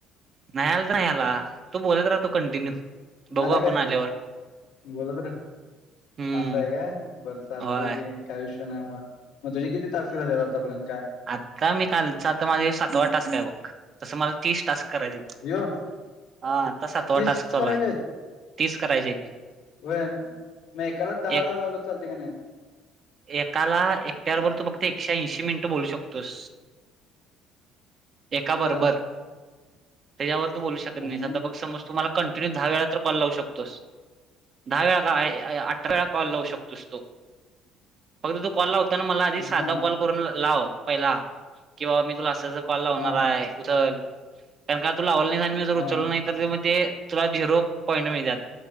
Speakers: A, on the right; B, on the left.
A: नाही आला तर नाही आला, तू बोलत राह. तू. कंटिन्यू
B: मी
A: बघू
B: आता
A: आपण
B: काय
A: आल्यावर.
B: बोलत रे
A: हम्म
B: असं आहे काय, बरं चालतंय
A: होय
B: घे काय विषय नाही मग, मग तुझी किती तास झाल्यात आतापर्यंत काय,
A: आत्ता मी कालच आता माझे सातवा टास्क आहे, बघ तस मला तीस टास्क करायचं आहेत.
B: यो
A: हा आता सातवा
B: तीस
A: टास्क चालू
B: करायचे
A: आहे,
B: आहेत
A: तीच करायची आहेत.
B: होय, मग एकालाच दहा
A: एक
B: वेळा लावलं तर चालतंय काय नाय.
A: एकाला एकट्यावबर तू फक्त एकशे ऐंशी मिनटं बोलू शकतोस? एका
B: होय
A: बरोबर, त्याच्यावर तू बोलू शकत
B: आणि
A: नाही आता बघ समज तु कंटिन्यू दहा वेळा तर कॉल लावू शकतोस, दहा वेळा का अठरा वेळा कॉल लावू शकतोस? तु फक्त तू कॉल लावता ना मला आधी साधा
B: हा
A: कॉल करून लाव, पहिला कि बाबा मी तुला असं कॉल लावणार
B: हा
A: आहे. उचल कारण काय तु लावलं आणि मी जर
B: हा
A: उचललं नाही तर मग ते, तुला झिरो पॉईंट मिळतात?